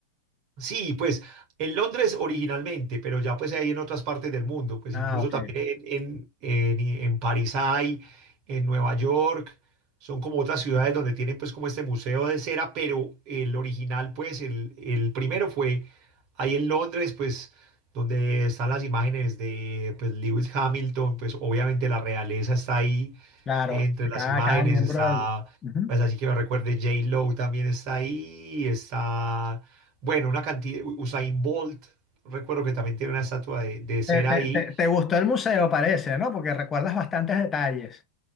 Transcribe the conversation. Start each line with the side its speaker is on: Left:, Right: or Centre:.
Right: Sí, pues en Londres originalmente, pero ya pues hay en otras partes del mundo, pues
Left: Ah,
Right: incluso
Left: ok,
Right: también en, en, en, en París hay, en Nueva York, son como otras ciudades donde tienen pues como este museo de cera, pero el original pues el, el primero fue ahí en Londres pues donde están las imágenes de pues Lewis Hamilton, pues obviamente la realeza está ahí
Left: claro,
Right: entre las
Left: cada,
Right: imágenes,
Left: cada miembro
Right: está
Left: del... Ujú.
Right: pues así que me recuerde J-Lo también está ahí, está... Bueno, una cantidad, U- Usain Bolt, recuerdo que también tiene una estatua de, de ser
Left: Te, te-
Right: ahí.
Left: te- te gustó el museo, parece, ¿no? Porque recuerdas bastantes detalles.